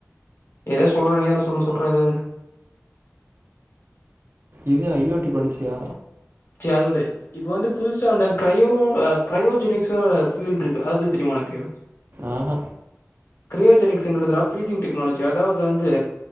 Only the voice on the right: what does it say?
இது ஐ ஓ டி படிச்சியா
ஆஹ